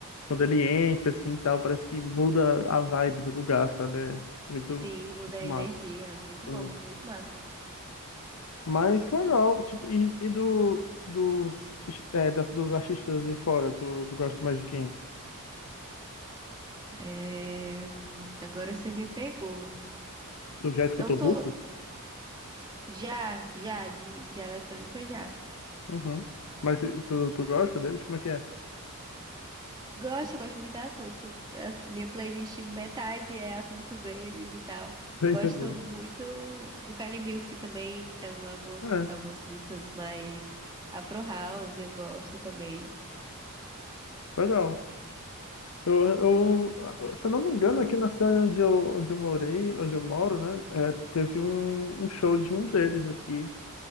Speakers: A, on the left; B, on the right.
A: Quando ele entra, assim, e tal, parece que muda a vibe do lugar, sabe? É muito,
B: Sim, muda
A: muito
B: a energia.
A: massa.
B: É muito
A: Sim.
B: bom, muito massa.
A: Mas que legal, tipo, e, e do, dos, é, das, dos artistas de fora, tu, tu gosta mais de quem?
B: É, Agora você me pegou.
A: Tu já escutou
B: Não tô.
A: Rufus?
B: Já, já, de, de eletrônica já.
A: Uhum. Mas tu, tu gosta deles? Como é que é? <laughs>
B: Gosto, eu gosto muito das músicas. A minha playlist, metade é as músicas deles e tal.
A: Tô entendendo.
B: Gosto muito do Kanye Music também, então algumas,
A: É,
B: algumas músicas mais Afro House eu gosto também.
A: legal. Eu, eu, se eu não me engano, aqui na cidade onde eu, onde eu morei, onde eu moro, né, é, teve um, um show de um deles aqui,